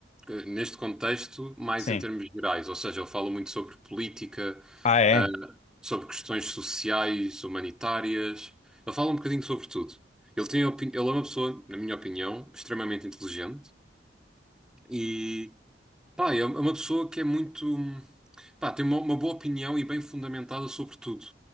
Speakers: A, in the centre; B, on the left.
A: eh, neste contexto, mais
B: sim.
A: em termos gerais, ou seja, ele fala muito sobre política,
B: Ah, é?
A: ah, sobre questões sociais, humanitárias, ele fala um bocadinho sobre tudo. Ele tem opini... Ele é uma pessoa, na minha opinião, extremamente inteligente. E pá, é é uma pessoa que é muito, pá, tem uma, uma boa opinião e bem fundamentada sobre tudo.